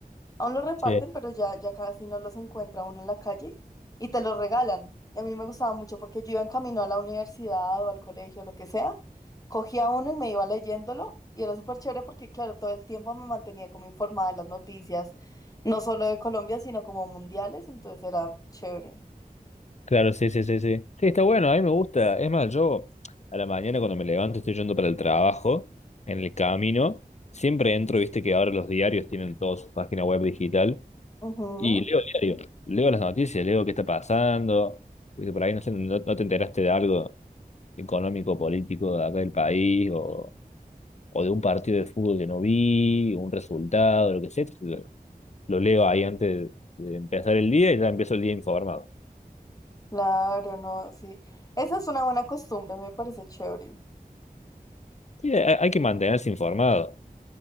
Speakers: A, on the left (about 25°); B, on the left (about 50°).
A: Aún los reparten,
B: Sí,
A: pero ya, ya casi no los encuentra uno en la calle y te los regalan. Y a mí me gustaba mucho porque yo iba en camino a la universidad o al colegio, lo que sea, cogía uno y me iba leyéndolo y era súper chévere porque, claro, todo el tiempo me mantenía como informada de las noticias, no solo de Colombia, sino como mundiales, entonces era chévere.
B: claro, sí, sí, sí, sí. Sí, está bueno, a mí me gusta. Es más, yo a la mañana cuando me levanto estoy yendo para el trabajo, en el camino, siempre entro, viste que ahora los diarios tienen toda su página web digital
A: Ujú,
B: y leo el diario, leo las noticias, leo qué está pasando, viste, por ahí no sé, no, no te enteraste de algo económico, político de acá del país o, o de un partido de fútbol que no vi, un resultado, lo que sea. Lo, lo leo ahí antes de empezar el día y ya empiezo el día informado.
A: Claro, no, sí. Esa es una buena costumbre, me parece chévere.
B: Sí, hay, hay que mantenerse informado.